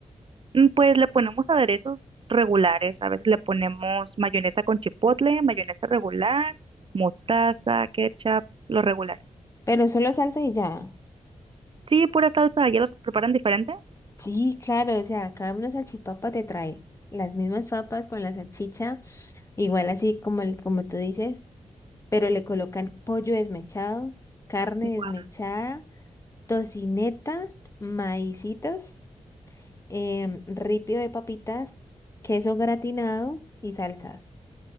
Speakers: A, on the right (about 45°); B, on the left (about 25°).
A: Mm, Pues le ponemos aderezos regulares. A veces le ponemos mayonesa con chipotle, mayonesa regular, mostaza, ketchup, lo regular.
B: Pero solo salsa y ya.
A: Sí, pura salsa, ya los preparan diferente.
B: Sí, claro, o sea, cada una salchipapa te trae las mismas papas con la salchicha, igual así como, el- como tú dices, pero le colocan pollo desmechado, carne
A: Guau.
B: desmechada. tocineta, maicitos, em, ripio de papitas, queso gratinado y salsas.